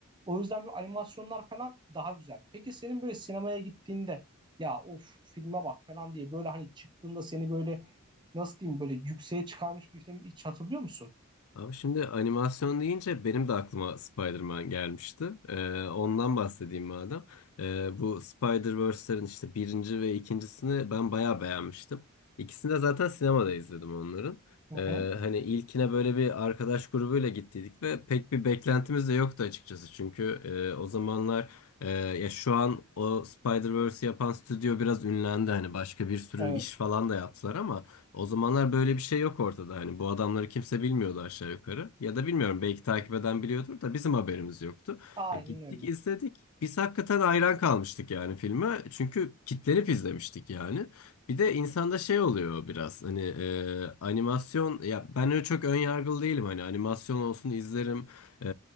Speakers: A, on the right; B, on the left.
A: O yüzden böyle animasyonlar falan daha güzel. Peki senin böyle sinemaya gittiğinde ya of filme bak falan diye böyle hani çıktığında seni böyle nasıl diyeyim böyle yükseğe çıkarmış bir filmi hiç hatırlıyor musun?
B: Abi şimdi animasyon deyince benim de aklıma Spider-Man gelmişti. Ee, ondan bahsedeyim madem. Ee, bu Spider-Verse'lerin işte birinci ve ikincisini ben bayağı beğenmiştim. İkisini de zaten sinemada izledim onların.
A: Hı
B: Ee,
A: hı.
B: hani ilkine böyle bir arkadaş grubuyla gittiydik ve pek bir beklentimiz de yoktu açıkçası. Çünkü e, o zamanlar e, ya şu an o Spider-Verse'i yapan stüdyo biraz ünlendi. Hani başka bir sürü
A: Evet.
B: iş falan da yaptılar ama... O zamanlar böyle bir şey yok ortada. Hani bu adamları kimse bilmiyordu aşağı yukarı. Ya da bilmiyorum belki takip eden biliyordur da bizim haberimiz yoktu.
A: Aynen
B: E, gittik
A: öyle.
B: izledik. Biz hakikaten hayran kalmıştık yani filme. Çünkü kitlenip izlemiştik yani. Bir de insanda şey oluyor biraz hani e, animasyon ya ben öyle çok ön yargılı değilim hani animasyon olsun izlerim E,